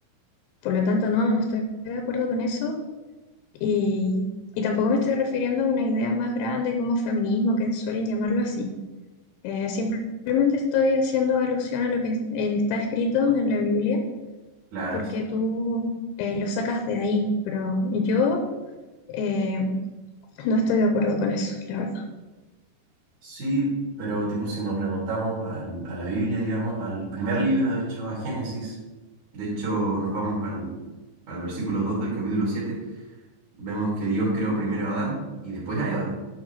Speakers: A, on the left; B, on the right.
A: Por lo tanto, no, no estoy de acuerdo con eso y, y tampoco me estoy refiriendo a una idea más grande como feminismo, que suelen llamarlo así. Eh, simplemente estoy haciendo alusión a lo que eh, está escrito en la Biblia,
B: claro,
A: porque tú eh, lo sacas de ahí, pero yo eh, no estoy de acuerdo con eso, la verdad.
B: sí, pero tipo si nos remontamos al- a la Biblia, digamos, al primer libro, de hecho, a Génesis, de hecho nos vamos al, al versículo 2 del capítulo 7 vemos que Dios creó primero a Adán y después a Eva,